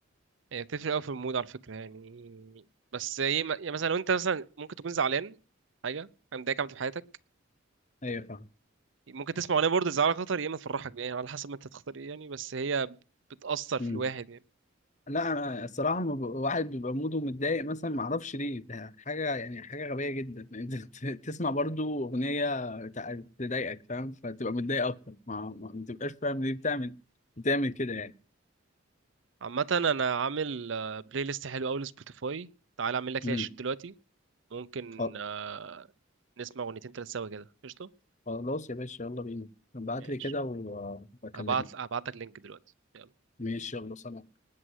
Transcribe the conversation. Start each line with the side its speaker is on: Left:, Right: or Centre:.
Right: يعني بتفرق أوي في المود على فكرة يعني بس هي م- يعني مثلا لو أنت مثلا ممكن تكون زعلان حاجة حاجة مضايقك عملت في حياتك
Left: ايوه فاهم
Right: ممكن تسمع أغنية برضه تزعلك أكتر يا إما تفرحك يعني على حسب ما أنت تختار إيه يعني بس هي بتأثر في
Left: مم.
Right: الواحد يعني
Left: لا انا الصراحه ما ب- واحد بيبقى موده متضايق مثلا ما اعرفش ليه ده حاجه يعني حاجه غبيه جدا <laughs> انت ت- تسمع برضو اغنيه تع- تضايقك فاهم فتبقى متضايق اكتر ما ما ما تبقاش فاهم ليه بتعمل بتعمل كده يعني
Right: عامة أنا عامل آه، بلاي ليست حلو أوي لسبوتيفاي تعال أعمل لك
Left: مم.
Right: ليها شير دلوقتي ممكن
Left: خل-
Right: آه، نسمع أغنيتين تلات سوا كده قشطة
Left: خلاص يا باشا يلا بينا ابعت
Right: ماشي
Left: لي كده وبكلمك
Right: هبعت هبعت لك لينك دلوقتي يلا
Left: ماشي يلا سلام